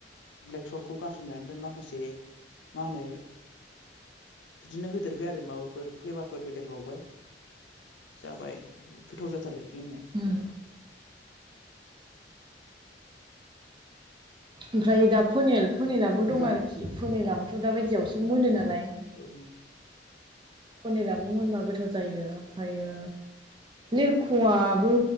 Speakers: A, on the left; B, on the right.
A: ब्लेक सल्टखौ गारसनबाय ओमफ्राय माखासे मा होनो बिदिनो होदेरबाय आरो माबाफोर फ्लेभारफोर होदेरबावबाय जाबाय गोथाव जाथारो लोंनो
B: ओम ओमफ्राय दा फुनिल फुनिलाबो
A: ओमफ्राय
B: दं आरोखि फुनिलाबोथ' दा बायदियावसो मोनो नालाय
A: औ
B: फनिलाबो मोनबा गोथाव जायो ओमफ्रायो लेरख'आबो